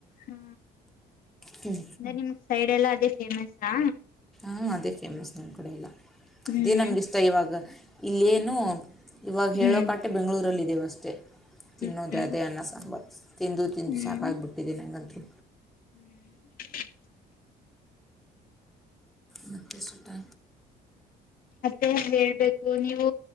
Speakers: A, on the left; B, in the centre.
A: ಹಾ
B: ಹ್ಞ
A: ಅದೇ ನಿಮ್ ಸೈಡ್ ಎಲ್ಲಾ ಅದೇ ಫೇಮಸ್ಾ
B: ಹಂ ಅದೇ ಫೇಮಸ್ ನ ಕೂಡೆಯಲ್ಲ
A: ಹ್ಮ್
B: ಇದೇ ನಮಗಿಸ್ತ ಇವಾಗ ಇಲ್ಲೇನು ಇವಾಗ
A: ಹ್ಮ್
B: ಹೇಳೋಕಾಟೆ ಬೆಂ್ಗಳೂರಲ್ಲ ಇಿದೆವಸ್ ಮೆ ತಿನ್ನೂ
A: ಹ್ಮ್ ಹ್ಮ್
B: ದದನ್ನ ಸಂಂಬರ್ ತಿಂದು ತಿಂದು
A: ಹ್ಮ್
B: ಸಾಕಾಗಿಬಟ್ಟಿದ್ದೀ ನನಗೆಂತಿ
A: ಹ್ಮ್
B: ಮತ್ತ ಸಟಾ
A: ಮತ್ತೆ ಹೇಳ್ಬೇಕು ನೀವು